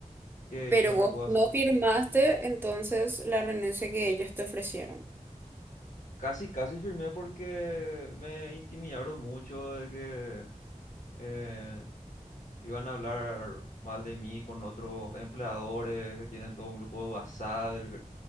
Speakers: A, on the left; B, on the right.
A: ¿qué,
B: Pero
A: qué es lo que
B: vos
A: puedo hacer?
B: no firmaste entonces la renuncia que ellos te ofrecieron.
A: Casi, casi firmé porque me intimidaron mucho de que eh, iban a hablar mal de mí con otros empleadores que tienen todo un grupo de WhatsApp del gr-